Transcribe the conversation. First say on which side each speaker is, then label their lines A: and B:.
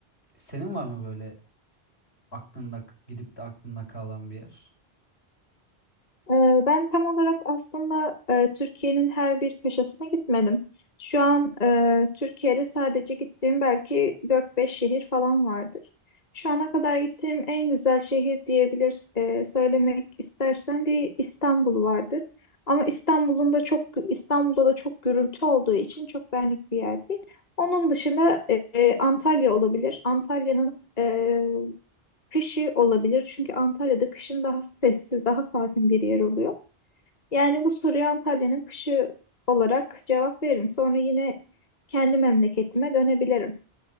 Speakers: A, on the left; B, on the left.
A: Senin var mı böyle aklında gidip de aklında kalan bir yer.
B: Ee, Ben tam olarak aslında e, Türkiye'nin her bir köşesine gitmedim. Şu an e, Türkiye'de sadece gittiğim belki dört beş şehir falan vardır. Şu ana kadar gittiğim en güzel şehir diyebilir e, söylemek istersen bir İstanbul vardır. Ama İstanbul'un da çok İstanbul'da da çok gürültü olduğu için çok benlik bir yer değil. Onun dışında e, e, Antalya olabilir. Antalya'nın e, kışı olabilir. Çünkü Antalya'da kışın daha sessiz, daha sakin bir yer oluyor. Yani bu soruya Antalya'nın kışı olarak cevap veririm. Sonra yine kendi memleketime dönebilirim.